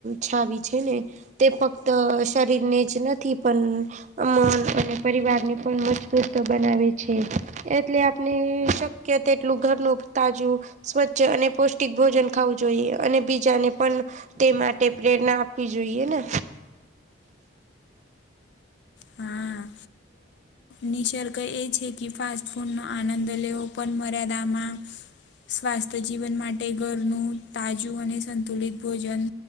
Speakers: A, on the right; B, on the left.
A: છાવી છે ને. તે ફક્ત શરીર ને જ નથી પણ. મન અને પરિવારને પણ મજબૂત બનાવે છે. એટલે આપણે શક્ય તેટલું ઘરનું તાજું. સ્વચ્છ અને પૌષ્ટિક ભોજન ખાવું જોઈએ અને બીજાને પણ. તે માટે પ્રેરણા આપવી જોઈએ ને.
B: હમ. નિસર્ગ એ છે કે ફાસ્ટ ફૂડ નો આનંદ લેવો પણ મર્યાદામાં. સ્વાસ્થ્ય જીવન માટે ઘરનું તાજું અને સંતુલિત ભોજન.